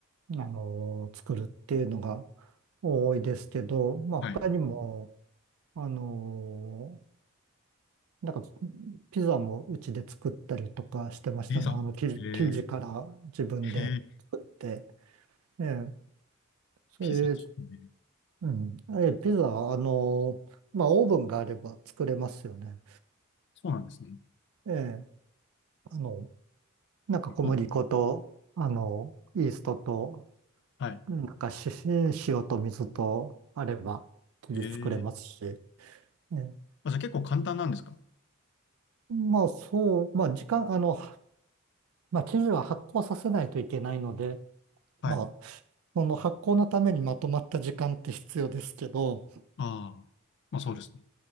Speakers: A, on the right; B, on the left.
A: あの、作るっていうのが多いですけど、まあ他にも、
B: はい。
A: あの、なんかピザもうちで作ったりとかしてましたね。
B: ピザ。
A: あの生地、
B: えー、
A: 生地から自分で作って。
B: へー、
A: ええ、それで、
B: ピザ作すね。
A: うん。ええ、ピザ、あの、まあオーブンがあれば作れますよね。
B: そうなんですね。
A: ええ、あの、なんか小麦粉と、
B: え、結構。
A: あの、イーストと、
B: はい。
A: なんかし塩と水とあれば生地作れますし。
B: えー、
A: ええ
B: あ、じゃあ結構簡単なんですか
A: まあそう、まあ時間、あの、まあ生地は発酵させないといけないので、
B: はい。
A: まあその発酵のためにまとまった時間って必要ですけど、
B: ああ。まあそうですね。